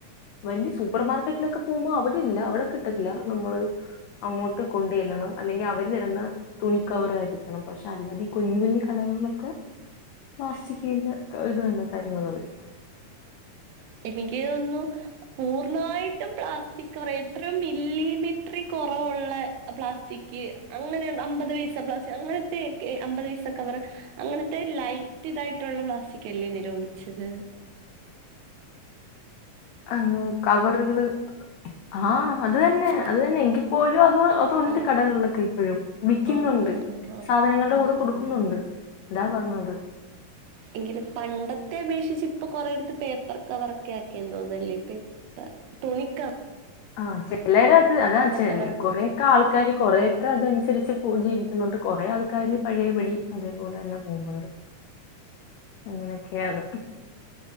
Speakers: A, on the left (about 75°); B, on the right (about 75°).
A: വല്യ സുഖ സൂപ്പർമാർക്കറ്റ്ലൊക്കെ പോവുമ്പൊ അവടെ ഇല്ല അവിടെ കിട്ടത്തില്ല നമ്മള് അങ്ങോട്ട് കൊണ്ട്വല്ലണം അല്ലെങ്കി അവര്തരുന്ന തുണിക്കവറായിരിക്കണം പക്ഷെ അല്ലാതെ കുഞ്ഞു കുഞ്ഞു കള നമ്മക്ക് പ്ലാസ്റ്റികിന്റെ ഇത് തന്നെ തരുന്നത് അവര്
B: എനിക്കോന്ന്ന്നു പൂർണ്ണായിട്ടും പ്ലാസ്റ്റിക്കവറ് എത്രൊ മില്ലിമീറ്റ്റികൊ കൊറവുള്ള പ്ലാസ്റ്റിക്ക് അങ്ങനെ അമ്പത് പയ്സ പ്ലാസി അമ്പത് പൈസ കവറ് അങ്ങനത്തെ ലൈറ്റ്തായിട്ടുള്ള പ്ലാസ്റ്റികല്ലെ നിരോധിച്ചത്
A: അങ കവറ്കള് ആഹ് അത് തന്നെ
B: ആ
A: അത് തന്നെ എങ്കിപ്പോലും അത് അതുണ്ട്
B: ആ
A: കടകളിലൊക്കെ ഇപ്പഴും വിക്ക്ന്നുണ്ട്
B: ആ ആ ആ ആ
A: സാധനങ്ങള്ടെ
B: ഉം
A: കൂടെ കൊടുക്കുന്നുണ്ട്
B: ഉം
A: അല്ലാ പറഞ്ഞത്
B: എങ്കിലും പണ്ടത്തെ അപേക്ഷിച്ച് ഇപ്പൊ കൊറേട്ത്ത് പേപ്പർ കവറൊക്കെ ആക്കിയെന്ന് തോന്ന്ന്നല്ലെ പേപ്പർ തുണിക്ക
A: ആഹ് ചെലരത് അതാ ചെ
B: കവറൊക്കെ
A: കൊറേക്കെ
B: ആക്കി
A: ആൾക്കാര് കൊറേക്കെ അതന്സരിച്ച് പൊ ജീവിക്കുന്നുണ്ട് കൊറേ ആൾക്കാര് പഴെപടി അതേപോലന്നെ പോക്ണ്ണ്ട് അങ്ങനെക്കാണ്